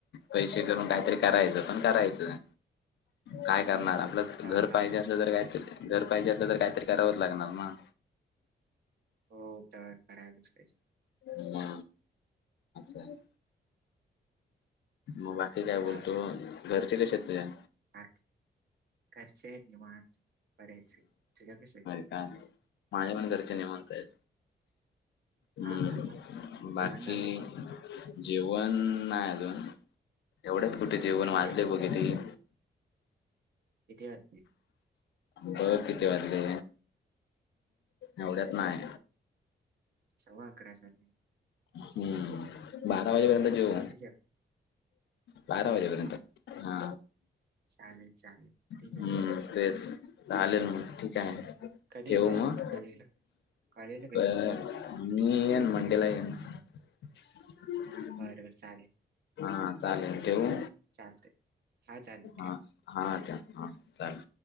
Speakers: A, on the left; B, on the right.
A: पैशे करून, काहीतरी करायचं, पण करायचं, काय करणार आपलं
B: हां,
A: घर
B: हां,
A: पाहिजे
B: हां.
A: असलं, तर काहीतर, घर पाहिजे असलं तर काहीतरी करावंच लागणार ना.
B: हो तर <unintelligible> करायलास पाहिजे <unintelligible>
A: <unintelligible> ना असं <unintelligible> म बाकी काय बोलतो?
B: हां, हां, हां.
A: घरचे कशे येत तुझ्या?
B: <unintelligible> घरचे निवांत, बडेच, तुझे कशे?
A: <unintelligible> माझ्या पण घरचे निवांत येत. हम्म,
B: हां, हां, हां.
A: बाकी?
B: जेवण झालं की?
A: जेवण नाय अजून, एवढ्यात कुठे जेवण,
B: कधी
A: वाजले
B: जेवणार?
A: बघ कीती.
B: किती वाजतील?
A: बघ किती वाजले, एवढ्यात नाय.
B: सव्वा आकरा झाले.
A: हम्म, बारा वाजेपर्यंत जेऊ,
B: कधी जेवणार?
A: बारा
B: हां.
A: वाजेपर्यंत. हा,
B: चालेल चालेल
A: हम्म
B: ते जॉईन
A: तेच, चालेल मग, ठीक. आहे
B: च, कधी
A: ठेवू
B: येतेस
A: मग
B: म तू कॉलेजला? कॉलेजला
A: अ,
B: कधी येतेस?
A: मी येन मंडेला येईन. ह्.
B: बर ब चालेल.
A: हां, चालेल, ठेवू?
B: चालतंय. हा चालेल
A: हां,
B: ठेव.
A: हां ठेव, हा चालेल.